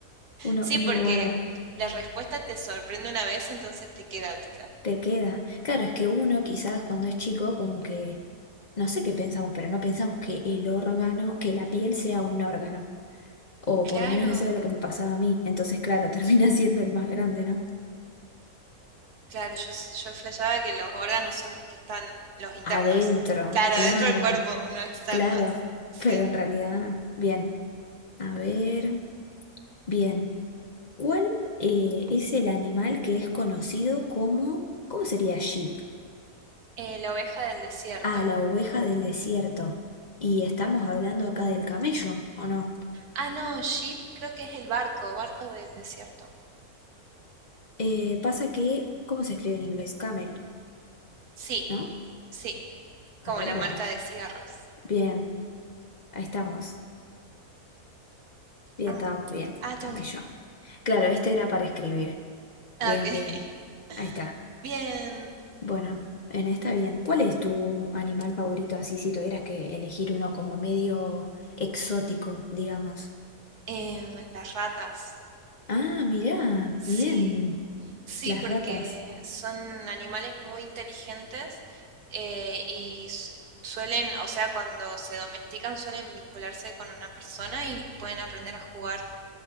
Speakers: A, on the left; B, on the right.
A: Uno,
B: Sí,
A: uno
B: porque
A: guarda,
B: la respuesta te sorprende una vez, entonces te queda, ¿viste?
A: te queda. Claro, es que uno quizás cuando es chico, como que, no sé qué pensamos, pero no pensamos que el órgano, que la piel sea un órgano. O por
B: Claro,
A: lo menos eso era lo que me pasaba a mí. Entonces, claro, <laughs> termina siendo el más grande, ¿no?
B: claro, yo, s- yo flasheaba que los órganos son los que están, los internos.
A: Adentro,
B: Claro,
A: claro,
B: dentro del cuerpo, no externos.
A: claro.
B: Sí.
A: Pero en realidad, bien. A ver, bien. ¿Cuál eh, es el animal que es conocido como, ¿cómo sería sheep?
B: Eh, la oveja del desierto.
A: Ah, la oveja del desierto. Y estamos hablando acá del camello, ¿o no?
B: Ah, no, ship creo que es el barco, barco del desierto.
A: Eh, pasa que, ¿cómo se escribe en inglés? Camel,
B: Sí,
A: ¿no?
B: sí, como
A: A ver,
B: la
A: veamos.
B: marca de cigarros.
A: Bien, ahí estamos. Bien,
B: Ah,
A: estábamos bien.
B: ah, tengo
A: Camello.
B: que...
A: Claro, este era para escribir.
B: Ah,
A: Bien,
B: ok.
A: bien.
B: <laughs>
A: Ahí está.
B: Bien.
A: Bueno, en esta bien. ¿Cuál es tu animal favorito así si tuvieras que elegir uno como medio exótico, digamos?
B: Eh, las ratas.
A: Ah, mirá,
B: Sí,
A: bien,
B: Sí,
A: las
B: porque
A: ratas.
B: son animales muy inteligentes eh, y s- suelen, o sea, cuando se domestican suelen vincularse con una persona y pueden aprender a jugar.